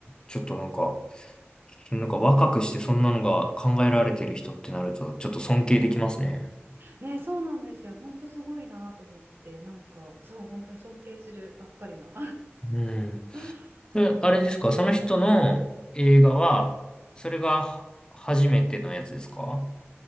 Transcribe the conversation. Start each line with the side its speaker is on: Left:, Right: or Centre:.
Left: ちょっとなんか、なんか若くしてそんなのが考えられてる人ってなると、ちょっと尊敬できますね。
Right: ね、そうなんですよ。ほんとすごいなと思って、なんか、そう、本当に尊敬するばっかりな
Left: うん。
Right: <laughs>
Left: で、
Right: 感じです。
Left: あれですか、その人の映画は、それがは初めてのやつですか